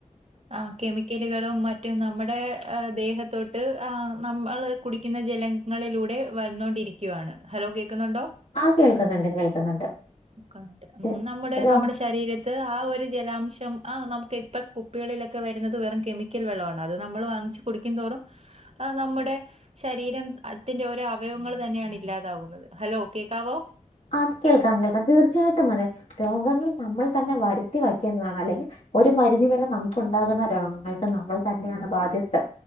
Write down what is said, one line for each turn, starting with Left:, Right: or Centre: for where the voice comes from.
Right: ആ കെമിക്കലുകളും മറ്റും നമ്മുടെ ദേഹത്തോട്ട് ആ നമ്മൾ കുടിക്കു എന്ന ജലങ്ങളിലൂടെ വന്നോണ്ടിരിക്കുവയാണ്. ഹലോ കേൾക്കുന്നുണ്ടോ?
Left: ആ കേൾക്കുന്നുണ്ട് കേൾക്കുന്നുണ്ട്.
Right: ക്കണ്ട് ഉം
Left: ര-
Right: നമ്മുടെ
Left: രോ-
Right: നമ്മുടെ ശരീരത്തി ത് ആ ഒരു ജലാംശം ആ നമുക്ക് ഇപ്പ കുപ്പികളിലൊക്കെ വരുന്നത് വെറും കെമിക്കൽ വെള്ളം ആണ് അത് നമ്മൾ വാങ്ങി വാങ്ങിച്ച് കുടിക്കും തോറും ആ നമ്മുടെ ശരീരം അതിൻ്റെ തിന്റെ ഓരോ അവയവങ്ങൾ തന്നെയാണ് ഇല്ലാതാവുന്നത്. ഹലോ കേക്കാവോ
Left: അത് കേൾക്കാം കേൾക്കാം തീർച്ചയായിട്ടും അതെ രോഗങ്ങൾ നമ്മൾ തന്നെ വരുത്തി വയ്ക്കുന്നതാണ് അല്ലെങ്കിൽ ഒരു പരിധി വരെ നമുക്കുണ്ടാ ഉണ്ടാകുന്ന രോഗങ്ങൾക്ക് നമ്മൾ തന്നെയാണ് ബാധ്യസ്ഥ.